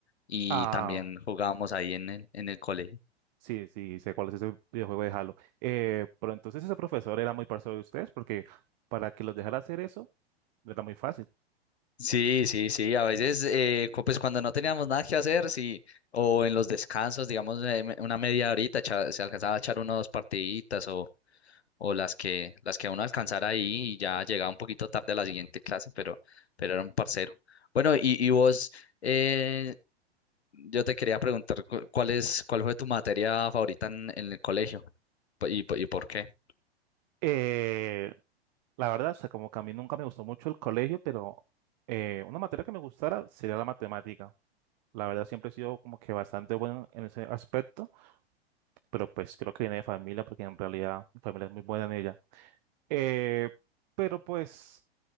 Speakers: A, on the left; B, on the right.
A: y
B: Ah,
A: también jugábamos ahí en el, en el colegio.
B: sí, sí, sé cuál es ese videojuego de Halo. Eh, pero entonces ese profesor era muy parcial de ustedes porque para que los dejara hacer eso era muy fácil.
A: Sí, sí, sí, a veces, eh, cu- pues cuando no teníamos nada que hacer, sí, o en los descansos, digamos, eh, me- una media horita, echa- se alcanzaba a echar unas dos partiditas, o las que, las que uno alcanzara ahí y ya llegaba un poquito tarde a la siguiente clase, pero, pero era un parcero. Bueno, y, y vos, eh, yo te quería preguntar cu- cuál es, cuál fue tu materia favorita en, en el colegio Po- y, po- y por qué.
B: Eh, la verdad, o sea, como que a mí nunca me gustó mucho el colegio, pero eh, una materia que me gustara sería la matemática. La verdad, siempre he sido como que bastante bueno en ese aspecto. pero pues creo que viene de familia porque en realidad mi familia es muy buena en ella. Eh, pero pues,